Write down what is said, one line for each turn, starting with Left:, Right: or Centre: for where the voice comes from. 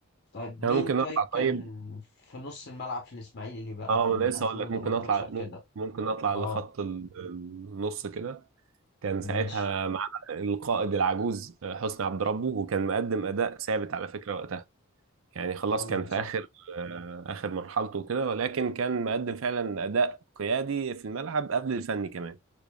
Left: طيب مين
Right: انا ممكن
Left: طيب
Right: اطلع
Left: كان
Right: طيب
Left: في نص الملعب في الإسماعيلي بقى
Right: اه
Left: في ال
Right: انا لسه
Left: 2018
Right: اقول لك ممكن اطلع مم-
Left: كده
Right: ممكن اطلع
Left: اه
Right: لخط ال- النص كده كان ساعتها
Left: ماشي
Right: مع القائد العجوز آه، حسني عبد ربه وكان مقدم اداء ثابت على فكره وقتها يعني خلاص
Left: ايوه
Right: كان في
Left: صح
Right: اخر آه، اخر مرحلته وكده ولكن كان مقدم فعلا اداء قيادي في الملعب قبل الفني كمان